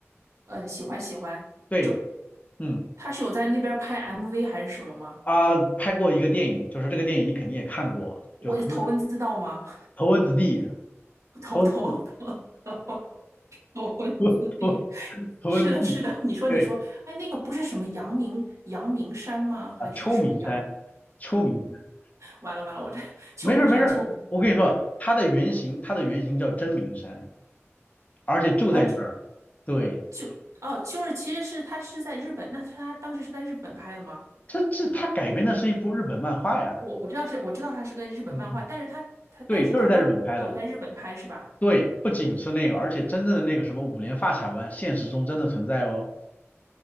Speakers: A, on the right; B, on the left.
A: 呃，喜欢喜欢。
B: 对，
A: 这
B: 嗯
A: 他是有在那边儿拍 MV 还是什么吗？
B: 啊、拍过一个电影，就是这个电影你肯定也看过，
A: 我头文字
B: 就《头文
A: D 吗？
B: 头文字 D》。
A: <laughs> 头头头头
B: 头文字 D
A: 头文字
B: <laughs> 头头
A: D。
B: 头文字地，
A: 是的，是的。你说，
B: 对
A: 你说，哎，那个不是什么阳明阳明山吗？还是什么阳？
B: 啊，秋名山，秋名山，
A: 完了完了，我这秋名山秋名
B: 没事儿没事儿，我跟你说，它的原型，它的原型叫真名山，而且就在那儿。
A: 哦，
B: 对，
A: 就哦，就是其实是他是在日本，那他当时是在日本拍的吗？
B: 这这它改编的是一部日本漫画呀。
A: 我我知道是我知道它是跟日本漫画，
B: 嗯嗯，
A: 但是它它但是它当时也有在日本拍是吧？
B: 对，就是在日本拍的。对，不仅是那个，而且真正的那个什么五连发卡湾，现实中真的存在哦。